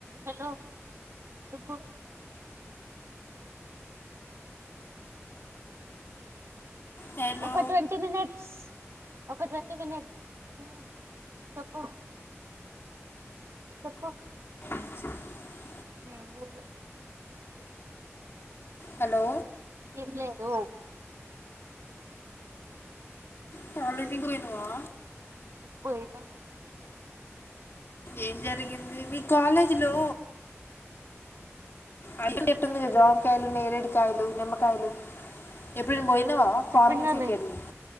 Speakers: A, on the right; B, on the left.
A: హలో చెప్పు
B: హలో
A: ఒక ట్వంటీ మినిట్స్ ఒక ట్వ <unintelligible> చెప్పు చెప్పు
B: స
A: న లేదు
B: హలో
A: ఏం లేదు
B: చాలది కో నువా
A: పోయినా
B: ఏం జరిగింది మీ కాలేజీ లో అంటిటేట్టుంది కద జోమకాయలు నేరేడి కాయలు నిమ్మకాయలు ఎప్పుడయిన పోయినావా ఫార్మసీకి
A: అర్థం కాలే
B: వెళ్ళి